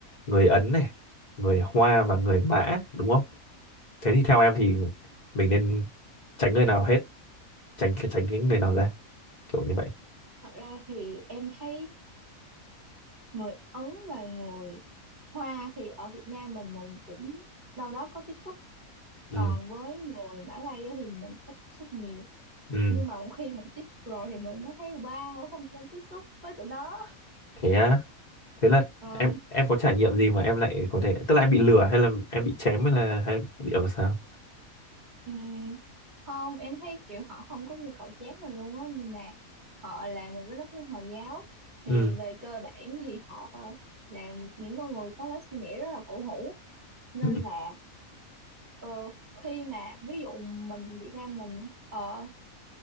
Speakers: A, on the left; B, on the right.
A: người Ấn này người Hoa và người Mã đúng không thế thì theo em thì mình nên tránh người nào hết tránh tránh cái người nào ra kiểu như vậy
B: thật ra thì em thấy người Ấn và người Hoa thì ở Việt Nam mình mình cũng đâu đó có tiếp xúc
A: ừ
B: còn với người Mã Lai á thì mình ít tiếp xúc nhiều
A: ừ
B: nhưng mà khi mình tiếp xúc rồi thì mình mới thấy wow không nên tiếp xúc với tụi nó
A: thế á thế là
B: Ờ,
A: em em có trải nghiệm gì mà em lại có thể tức là em bị lừa hay là em bị chém hay là hay bị làm sao
B: Ừm, không em thấy kiểu họ không có nhu cầu chép mình luôn á nhưng mà họ là một cái đất nước Hồi giáo thì
A: ừ
B: về cơ bản thì họ là những con người có lối suy nghĩ rất là cổ hủ nên
A: ừ
B: là ờ, khi mà ví dụ mình Việt Nam mình ờ,